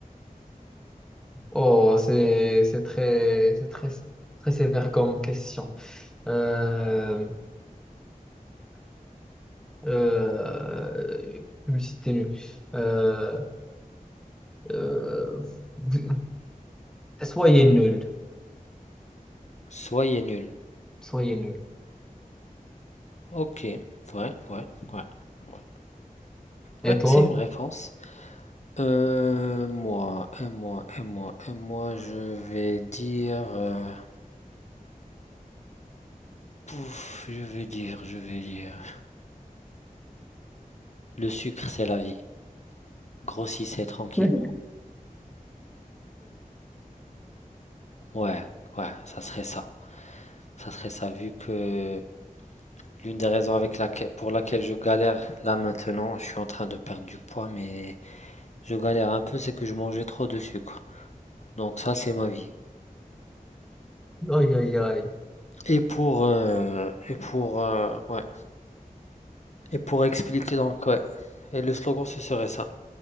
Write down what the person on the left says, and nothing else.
Soyez nul.
Ok. Ouais, ouais, ouais, ouais.
Ouais,
c'est une réponse. Euh, moi, et moi, et moi, et moi, je vais dire... euh, Pouf, je vais dire, je vais dire. Le sucre, c'est la vie. Grossissez tranquillement.
Ouais, ouais, ça serait ça. Ça serait ça, vu que l'une des raisons avec laquelle, pour laquelle je galère là maintenant, je suis en train de perdre du poids, mais je galère un peu, c'est que je mangeais trop de sucre. Donc ça, c'est ma vie.
Et pour, euh, et pour, euh, ouais. Et pour expliquer donc, ouais. Et le slogan, ce serait ça.